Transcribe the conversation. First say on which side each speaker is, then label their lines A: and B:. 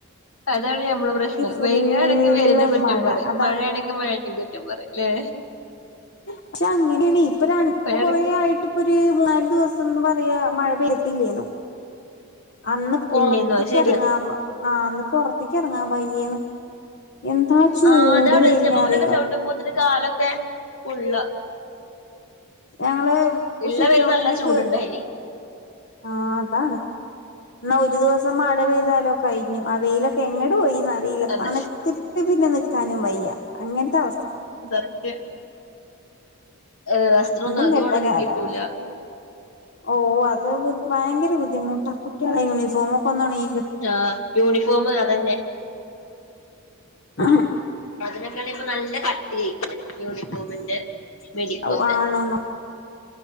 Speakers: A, on the left; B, on the left.
A: അതാണ് നമ്മളെ പ്രശ്നം
B: ഫുള്ള്
A: വെയിലാണെങ്കി വെയിലിനെ കുറ്റം
B: മഴ
A: പറയും
B: അതാണ്
A: മഴയാണെങ്കി മഴേനിം കുറ്റം പറയും ല്ലേ
B: പക്ഷെ അങ്ങനെയാണ് ഇപ്പൊ ര ഇപ്പൊ
A: മഴയാണെങ്കി
B: കൊറേ ആയിട്ട്പ്പൊര് മൂന്നാല് ദിവസംന്ന് പറയാ മഴ പെയ്തിട്ടില്ലേന്നു അന്ന് പൊറത്ത്ക്ക്
A: ഇല്ലേന്നോ അത് ശരിയാ
B: എറങ്ങാ ആ അന്ന് പൊറത്തേക്ക് എറങ്ങാ വയ്യേന്നു എന്താ ചൂട്
A: ആഹ് അതാണ്
B: വെലിനറിയോ
A: സ്റ്റെപ്പ്മ്മലൊക്കെ ചവിട്ടുമ്പോത്തിന് കാലൊക്കെ പൊള്ള
B: ഞങ്ങള്
A: ഇള്ള
B: സിറ്റ്
A: വെയില്
B: ഔട്ടിൽക്ക്
A: നല്ല ചൂടുണ്ടായിനി
B: ആ അതാണ് എന്നാ ഒരു ദിവസം മഴ പെയ്താലോ കഴിഞ്ഞു ആ വെയിലൊക്കെ എങ്ങട്ട് പോയി ന്നറീല്ല
A: അത്
B: തണ്‌ത്തിട്ട് പിന്നെ നിക്കാനും വേയ്യാ അങ്ങനത്തെ അവസ്
A: സത്യം ഏ വസ്ത്രോന്നും
B: രണ്ടും
A: അതും
B: കെട്ട
A: ഒണങ്ങി
B: കാലാവസ്ഥ
A: കിട്ടൂല
B: ഓ അത് ബു ഭയങ്കര ബുദ്ധിമുട്ടാ കുട്ട്യാളെ യൂണിഫോമോക്കെ ഒന്നോണങ്ങി
A: ആ യൂണിഫോമ് അതന്നെ
B: ആ
A: അതിനൊക്കെയാണ് ഇപ്പൊ നല്ല കട്ട്യായ്ക്ക്ണ്‌ യൂണിഫോമിന്റെ മിടിക്കൊക്കെ
B: അവു ആണോന്നോ